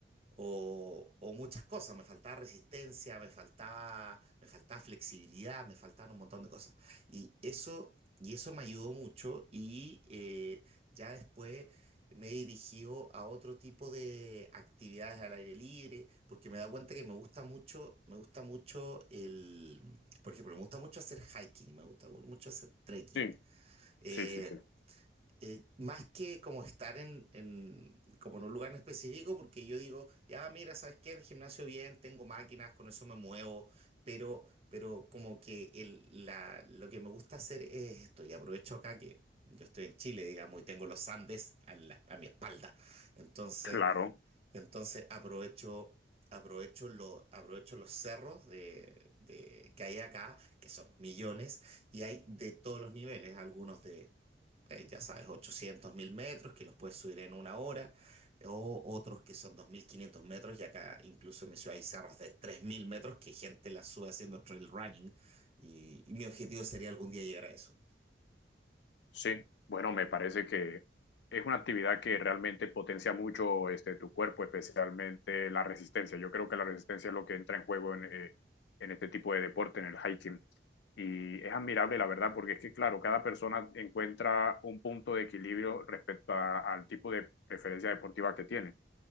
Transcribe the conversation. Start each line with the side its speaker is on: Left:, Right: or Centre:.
Right: o, o muchas cosas, me faltaba resistencia, me faltaba, me faltaba flexibilidad, me faltaban un montón de cosas. Y eso, y eso me ayudó mucho y eh, ya después me he dirigido a otro tipo de actividades al aire libre, porque me he dado cuenta que me gusta mucho, me gusta mucho el, por ejemplo, me gusta mucho hacer hiking, me gusta mucho hacer trekking.
Left: Sí,
Right: Eh,
Left: sí, sí, sí.
Right: eh, más que como estar en, en- como en un lugar en específico, porque yo digo, ya mira, ¿sabes qué? En el gimnasio bien, tengo máquinas, con eso me muevo, pero, pero como que el, la, lo que me gusta hacer es esto, y aprovecho acá que yo estoy en Chile, digamos, y tengo los Andes a, la- a mi espalda, entonces
Left: Claro,
Right: entonces aprovecho, aprovecho, lo- aprovecho los cerros de, de- que hay acá, que son millones, y hay de todos los niveles, algunos de, eh, ya sabes, ochocientos mil metros, que los puedes subir en una hora, o otros que son 2500 metros, y acá incluso en mi ciudad hay cerros de 3000 metros que gente la sube haciendo trail running, y y mi objetivo sería algún día llegar a eso.
Left: Sí, bueno, me parece que es una actividad que realmente potencia mucho este, tu cuerpo, especialmente la resistencia. Yo creo que la resistencia es lo que entra en juego en, eh, en este tipo de deporte, en el hiking. Y es admirable, la verdad, porque es que, claro, cada persona encuentra un punto de equilibrio respecto a- al tipo de preferencia deportiva que tiene.